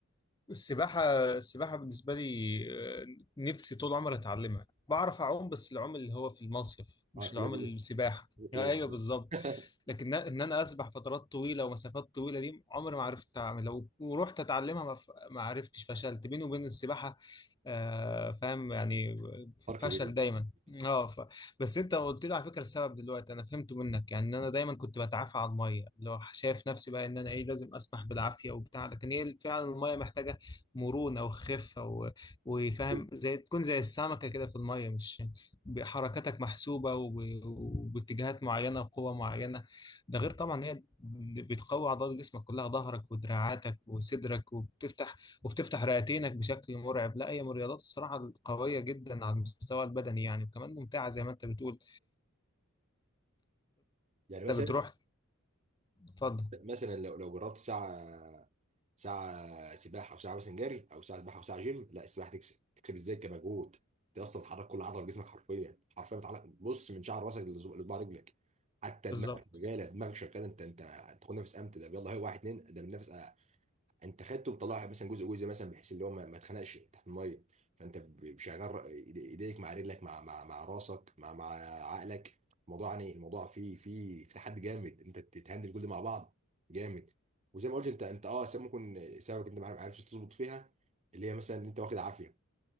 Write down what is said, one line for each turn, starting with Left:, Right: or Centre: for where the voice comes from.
Left: السباحة السباحة بالنسبة لي آه، نفسي طول عمري أتعلمها بعرف أعوم بس العوم اللي هو في المصيف مش
Right: اه كلابي
Left: العوم السباحة
Right: دي كلابي
Left: آه، أيوه
Right: دي.
Left: بالظبط
Right: <laughs>
Left: لكن إن إن أنا أسبح فترات طويلة ومسافات طويلة دي عمري ما عرفت أعمل لو ورحت أتعلمها ما ف- ما عرفتش فشلت بيني وبين السباحة آه، فاهم يعني ف-
Right: فرق كبير
Left: فشل دايما أه ف... بس أنت قلت لي على فكرة السبب دلوقتي أنا فهمته منك يعني إن أنا دايما كنت بتعافى على المية اللي هو شايف نفسي بقى إن أنا إيه لازم أسبح بالعافية وبتاع لكن هي فعلا المية محتاجة مرونة وخفة و- وفاهم
Right: <laughs>
Left: زي تكون زي السمكة كده في المية مش حركاتك محسوبة و- وباتجاهات معينة وقوة معينة ده غير طبعا هي بتقوي عضلات جسمك كلها ظهرك ودراعاتك وصدرك وبتفتح وبتفتح رئتينك بشكل مرعب لا هي من الرياضات الصراحة القوية جدا على المستوى البدني يعني وكمان ممتعة زي ما انت بتقول
Right: يعني مثلا
Left: انت بتروح تفضل
Right: مثلا لو لو جربت ساعه ساعه سباحه او ساعه مثلا جري او ساعه سباحه او ساعه جيم لا السباحه تكسب تكسب ازاي كمجهود انت اصلا بتحرك كل عضله في جسمك حرفيا حرفيا بتعلق بص من شعر راسك لزو- لصباع رجلك حتى
Left: بالظبط
Right: دماغك شغاله دماغك شغاله انت انت تاخد نفس امتى ده يلا هي واحد اتنين ده بنفس انت خدته وطلعها مثلا جزء جزء مثلا بحيث اللي هو ما ما اتخنقش تحت الميه فانت ب- شغال ر- ايد- ايديك مع رجلك مع مع مع راسك مع مع عقلك الموضوع يعني الموضوع فيه فيه في تحدي جامد انت تتهندل كل ده مع بعض جامد وزي ما قلت انت انت اه سبب ممكن سببك انت ما عرفتش تظبط فيها اللي هي مثلا ان انت واخد عافيه